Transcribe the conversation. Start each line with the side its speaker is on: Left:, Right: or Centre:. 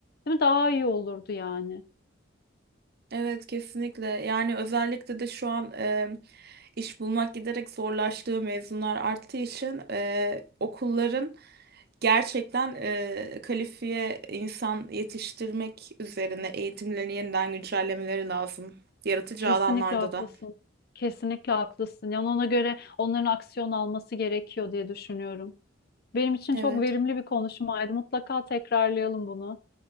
Left: değil mi? Daha iyi olurdu yani.
Right: Evet kesinlikle. Yani özellikle de şu an e, iş bulmak giderek zorlaştığı mezunlar arttığı için e, okulların gerçekten e, kalifiye insan yetiştirmek üzerine eğitimlerini yeniden güncellemeleri lazım. Yaratıcı
Left: Kesinlikle
Right: alanlarda
Left: haklısın.
Right: da.
Left: Kesinlikle haklısın. Yani ona göre onların aksiyon alması gerekiyor diye düşünüyorum. Benim için
Right: Evet.
Left: çok verimli bir konuşmaydı. Mutlaka tekrarlayalım bunu.